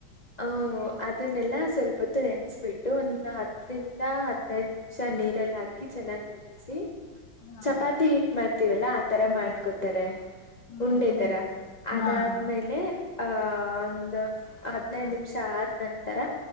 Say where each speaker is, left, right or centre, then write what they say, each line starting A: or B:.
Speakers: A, on the left; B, on the left.
A: ಹ ಅದನ್ನೆಲ್ಲ ಸ್ವಲ್ಪ ಹೊತ್ತು ನೆನೆಸ್ಬಿಟ್ಟು ಒಂದು ಹತ್ತರಿಂದ ಹದ್ನೈದ ನಿಮಿಷ ನೀರಲ್ಲ ಹಾಕಿ ಚೆನ್ನಾಗ ನೆನ್ಸಿ
B: ಹಾ
A: ಚಪಾತಿ ಹಿಟ್ ಮಾಡ್ತಿವಲ್ಲಾ ಆತರ ಮಾಡ್ಕೋತಾರೆ
B: ಹ್ಮ್
A: ಉಂಡೆ ತರ
B: ಹ್ಮ್
A: ಅದಾದ್ಮೇಲೆ
B: ಹಾ
A: ಹ ಒಂದ ಅ ಹದನೈದ ನಿಮಿಷ ಆದ ನಂತರ